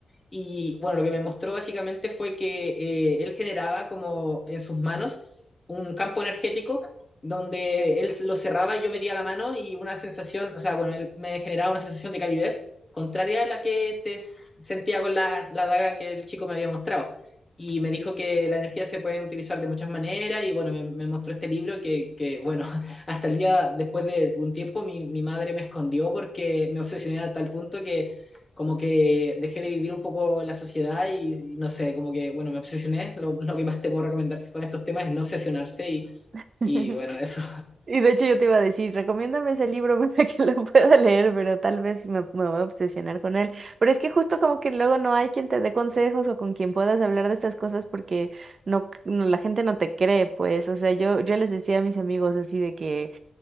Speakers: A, on the left; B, on the right.
A: Y bueno, lo que me mostró básicamente fue que eh, él generaba como en sus manos un campo energético donde él lo cerraba y yo metía la mano y una sensación, o sea, bueno, él me generaba una sensación de calidez contraria a la que te sentía con la, la daga que el chico me había mostrado. Y me dijo que la energía se pueden utilizar de muchas maneras y bueno, me, me mostró este libro que, que, bueno, <laughs> hasta el día después de un tiempo mi, mi madre me escondió porque me obsesioné a tal punto que como que dejé de vivir un poco la sociedad y, y no sé, como que, bueno, me obsesioné. Lo, lo que más te puedo recomendar con estos temas es no obsesionarse y,
B: <laughs>
A: y bueno, eso.
B: Y de hecho yo te iba a decir, recomiéndame ese libro <laughs> para que lo pueda leer, pero tal vez sí me, me voy a obsesionar con él. Pero es que justo como que luego no hay quien te dé consejos o con quien puedas hablar de estas cosas porque no, no- la gente no te cree, pues. O sea, yo, yo les decía a mis amigos así de que